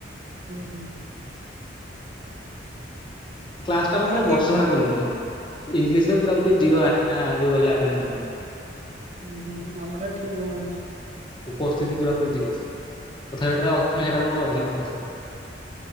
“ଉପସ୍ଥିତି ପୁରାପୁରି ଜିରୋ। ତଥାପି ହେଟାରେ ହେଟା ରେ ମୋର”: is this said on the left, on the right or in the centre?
Left